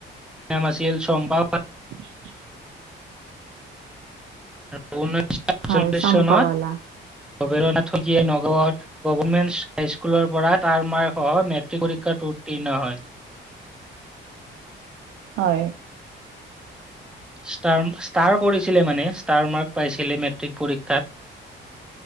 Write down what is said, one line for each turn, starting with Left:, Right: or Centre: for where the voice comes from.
Centre: নাম আছিল চম্পা
Right: <inaudible>
Centre: আৰু ঊনৈছশ আতচল্লিশ
Right: হয় চম্পাৱালা
Centre: চনত ভবেন্দ নাথ শকীয়াই নগাঁৱত গভমেন্ট হাইস্কুলৰ পৰা তাৰ মাৰ্কসহ মেট্ৰিক পৰীক্ষাত উত্তীৰ্ণ হয়।
Right: হয়।
Centre: ষ্টাৰ, ষ্টাৰ কৰিছিলে মানে ষ্টাৰ মাৰ্ক পাইছিলে মেট্ৰিক পৰীক্ষাত।